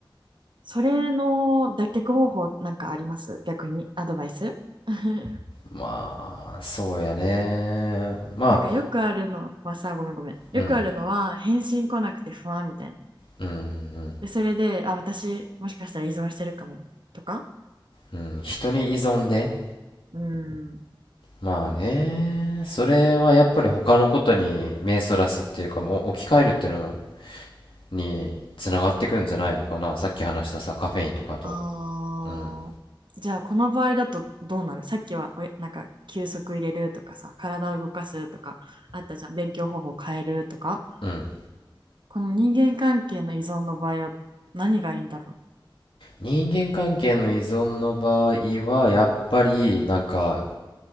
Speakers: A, on the right; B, on the left.
A: それの脱却方法なんかあります逆にアドバイス <laughs>
B: まあ、そうやね。まあ、
A: なんかよくあるのはさ、ごめんごめん。
B: うん、
A: よくあるのは返信来なくて不安みたいな。
B: うん、
A: で、それで、あ、私もしかしたら依存してるかもとか。
B: うん、うん。人に依存ね。
A: うーん。
B: まあね、それはやっぱり他のことに目そらすっていうか、もう置き換えるっていうのにつながってくんじゃないのかな。さっき話したさ、カフェインとかと。
A: あーじゃあこの場合だとどうなるさっきはおやなんか休息入れるとかさ、
B: うん。
A: 体を動かすとかあったじゃん。勉強方法変えるとか。
B: うん。
A: この人間関係の依存の場合は何がいいんだろ
B: 人間関係の依存の場合は、やっぱりなんか、